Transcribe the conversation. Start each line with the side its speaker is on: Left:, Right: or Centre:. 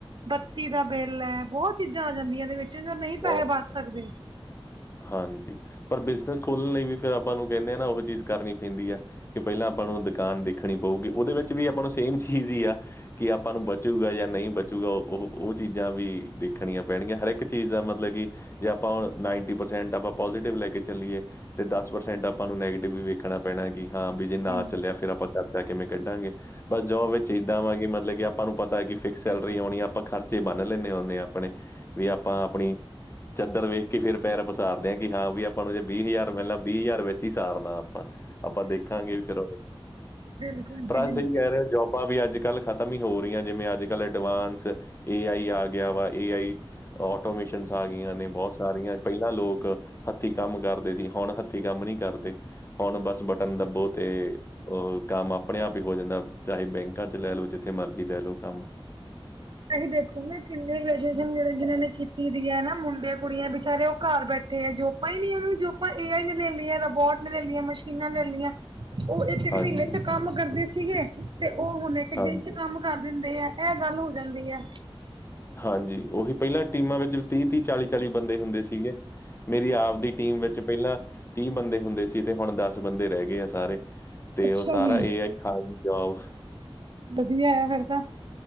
Right: ਬੱਤੀ ਦਾ ਬਿੱਲ ਐ, ਬਹੁਤ ਚੀਜ਼ਾਂ ਆ ਜਾਂਦੀਆਂ ਇਹਦੇ ਵਿੱਚ, ਜੋ ਨਹੀਂ
Left: ਬਹੁਤ
Right: ਪੈਸੇ ਬਚ ਸਕਦੇ।
Left: ਹਾਂਜੀ ਪਰ ਬਿਜਨਸ ਖੋਲਣ ਲਈ ਵੀ ਫੇਰ ਆਪਾਂ ਨੂੰ ਕਹਿੰਨੇ ਆ ਨਾ। ਓਹੋ ਚੀਜ਼ ਕਰਨੀ ਪੈਂਦੀ ਆ। ਕਿ, ਪਹਿਲਾਂ ਆਪਾਂ ਨੂੰ ਦੁਕਾਨ ਦੇਖਣੀ ਪਊਗੀ। ਉਹਦੇ 'ਵਿੱਚ' ਵੀ ਆਪਾਂ ਨੂੰ ਸੇਮ ਚੀਜ਼ ਹੀ ਆ। ਕੀ ਆਪਾਂ ਨੂੰ ਬਚੂਗਾ ਜਾਂ ਨਹੀਂ ਬਚੂਗਾ। ਓਹੋ, ਉਹ ਚੀਜ਼ਾਂ ਵੀ ਦੇਖਣੀਆਂ ਪੈਣਗੀਆਂ। ਹਰਿੱਕ ਚੀਜ਼ ਦਾ ਮਤਲਬ ਕਿ, ਜੇ ਆਪਾਂ ਹੁਣ ਨਾਈਟ ਟੀ ਪ੍ਰਸੈਂਟ ਆਪਾਂ ਪੋਜੀਟਿਵ ਲੈ ਕੇ ਚੱਲੀਏ, ਤੇ ਦਸ ਪ੍ਰਸੈਂਟ ਆਪਾਂ ਨੂੰ ਨੈਗੇਟਿਵ ਵੀ ਵੇਖਣਾ ਪੈਣਾ। ਕੀ ਹਾਂ ਬੀ ਜੇ
Right: ਹਾਂਜੀ
Left: ਨਾ ਚੱਲਿਆ, ਫੇਰ ਆਪਾਂ ਖਰਚਾ ਕਿਵੇਂ ਕੱਢਾਂਗੇ। ਬਸ ਜੋਬ ਵਿੱਚ ਇੱਦਾਂ ਵਾ, ਕਿ, ਮਤਲਬ ਕਿ ਆਪਾਂ ਨੂੰ ਪਤਾ ਏ ਕਿ, ਫਿਕਸ ਸੈਲਰੀ ਆਉਣੀ ਆ। ਆਪਾਂ ਖ਼ਰਚੇ ਬੰਨ ਲੈਂਨੇ ਓਹਨੇ ਆ। ਆਪਣੇ। ਵੀ ਆਪਾਂ ਆਪਣੀ ਚਦਰ ਵੇਖ ਕੇ ਹੀ ਫੇਰ ਪੈਰ ਪਸਾਰ ਸਾਰਦੇ ਆ, ਕਿ, ਹਾਂ ਵੀ ਆਪਾਂ ਨੂੰ ਜੇ ਬੀਹ ਹਜ਼ਾਰ ਵਿਲਣਾ ਬੀਹ ਹਜ਼ਾਰ ਵਿੱਚ ਹੀ ਸਾਰਨਾ ਆਪਾਂ। ਆਪਾਂ ਦੇਖਾਂਗੇ ਵੀ ਫੇਰ
Right: ਬਿਲਕੁਲ
Left: ਭਰਾ
Right: ਜੀ
Left: ਸਹੀ
Right: ਬਿਲਕੁਲ
Left: ਕਹਿ ਰਿਆ। ਜੋਬ, ਬਾ ਵੀ ਅੱਜ- ਕੱਲ ਖਤਮ ਹੀ ਹੋ ਰੀਆ। ਜਿਵੇਂ ਅੱਜ- ਕੱਲ ਐਡਵਾਂਸ ਏ ਆਈ ਆ ਗਿਆ ਵਾ, ਏ ਆਈ। ਆਟੋਮੀਸ਼ਨਸ ਆ ਗਈਆਂ ਨੇ ਬੋਤ ਸਾਰੀਆਂ ਪੈਲਾਂ ਲੋਕ ਹੱਥੀਂ ਕੰਮ ਕਰਦੇ ਸੀ ਹੁਣ ਹੱਥੀਂ ਕੰਮ ਨੀ ਕਰਦੇ। ਹੁਣ ਬਸ ਬਟਨ ਦੱਬੋ ਤੇ ਓ ਕੰਮ ਆਪਣੇ ਆਪ ਹੀ ਹੋ ਜਾਂਦਾ ਚਾਹੇ ਬੈਂਕਾਂ 'ਚ ਲੈ ਲੋ ਜਿੱਥੇ ਮਰਜ਼ੀ ਲੈ ਲੋ ਕੰਮ
Right: ਐ ਵੀ ਦੇਖੋ ਨਾ ਕਿੰਨੇ ਗ੍ਰੈਜੂਏਸ਼ਨ ਜੇੜੇ ਜਿਨਾਂ ਨੇ ਕੀਤੀ ਦੀ ਐ ਨਾ ਮੁੰਡੇ-ਕੁੜੀਆਂ ਬਿਚਾਰੇ ਓ ਘਰ ਬੈਠੇ ਆ ਜੋ ਪਈ ਨੀ ਏ ਓਹਨਾ ਨੂੰ ਜੋਪਾਂ ਏ ਆਈ ਨੇ ਲੈ ਲੀਆ ਰੋਬੋਟ ਨੇ ਲੈ ਲੀਆ ਮਸ਼ੀਨਾਂ ਲੈ ਲੀਆਂ। ਓ ਇੱਕ-ਇੱਕ
Left: ਹਾਂਜੀ
Right: ਮ੍ਹੀਨੇ 'ਚ ਕੰਮ ਕਰਦੇ ਸੀਗੇ ਤੇ ਓ ਹੁਣ ਇੱਕ
Left: ਹਾਂਜੀ
Right: ਦਿਨ 'ਚ ਕੰਮ ਕਰਦੇਨ ਤੇ ਐ ਗੱਲ ਹੋ ਜਾਂਦੀ ਐ।
Left: ਹਾਂਜੀ ਉਹੀ ਪੈਲਾਂ ਟੀਮਾਂ ਵਿੱਚ ਤੀਹ-ਤੀਹ ਚਾਲੀ-ਚਾਲੀ ਬੰਦੇ ਹੁੰਦੇ ਸੀਗੇ ਮੇਰੀ ਆਵ ਦੀ ਟੀਮ ਵਿੱਚ ਪੈਲਾਂ ਤੀਹ ਬੰਦੇ ਹੁੰਦੇ ਸੀ ਤੇ ਹੁਣ ਦਸ ਬੰਦੇ ਰਹਿ ਗੇ ਆ ਸਾਰੇ ਤੇ
Right: ਅੱਛਾ
Left: ਓ ਸਾਰਾ
Right: ਜੀ।
Left: ਏ ਆਈ <inaudible>
Right: ਵਧੀਆ ਏ ਫਿਰ ਤਾ